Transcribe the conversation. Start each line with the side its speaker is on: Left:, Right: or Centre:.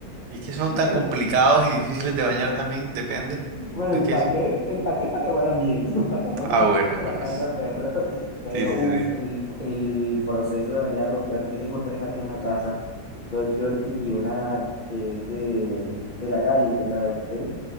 Right: Y es que son tan
Left: Bueno,
Right: complicados y difíciles de bañar también, depende.
Left: Bueno,
Right: ¿No
Left: el
Right: es que
Left: paqué,
Right: es?
Left: el paqué es para que huelan bien, <laughs> para que no
Right: Ah,
Left: ni
Right: bueno,
Left: de
Right: bueno.
Left: la casa perro. Pero
Right: Sí, sí,
Left: uff,
Right: sí.
Left: el, el proceso de bañar a los perros. Yo tengo tres acá en la casa, dos Yorkies y una que es de, de la calle, que la adopté,